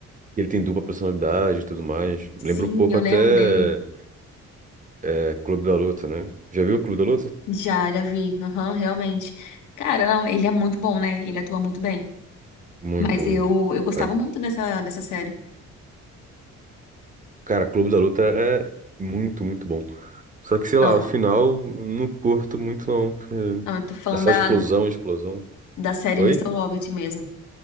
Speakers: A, on the right (about 25°); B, on the left (about 80°).
A: ele tem dupla personalidade e tudo mais.
B: Sim,
A: Lembra um pouco
B: eu
A: até
B: lembro dele.
A: é, Clube da Luta, né? Já viu o Clube da Luta?
B: Já, já vi. Aham, realmente. Cara, não, ele é muito bom, né? Ele atua muito bem.
A: Muito,
B: Mas
A: muito.
B: eu, eu gostava
A: Cara,
B: muito dessa, dessa série.
A: cara, Clube da Luta é muito, muito bom. Só que, sei
B: Não,
A: lá,
B: não,
A: o final não curto muito não, porque
B: eu tô falando
A: é só
B: da,
A: explosão, explosão.
B: da série
A: Oi?
B: Mister Hobbit mesmo.